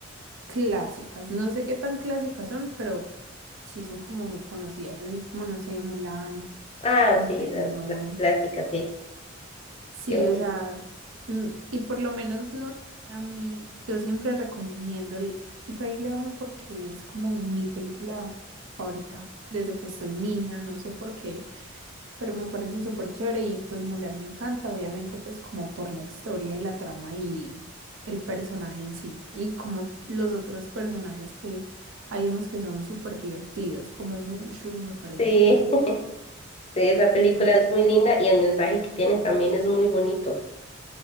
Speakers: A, on the right (about 65°); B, on the left (about 30°).
A: clásicas, no sé qué tan clásicas son, pero sí son como muy conocidas, así como no sé, Mulan,
B: Ah,
A: El
B: sí,
A: Rey
B: las,
A: León.
B: las clásicas, sí,
A: Sí,
B: qué bonito.
A: o sea, mm, y por lo menos no sé, a mí, yo siempre recomiendo el Rey León porque es como mi película favorita desde que estoy niña, no sé por qué, pero me parece súper chévere y pues Mulan me encanta, obviamente pues como por la historia y la trama y el personaje en sí y como los otros personajes que hay unos que son súper divertidos, como Mushu, me parece
B: Sí,
A: como,
B: <laughs> sí, esa película
A: es como,
B: es muy linda y el mensaje que tiene también es muy bonito.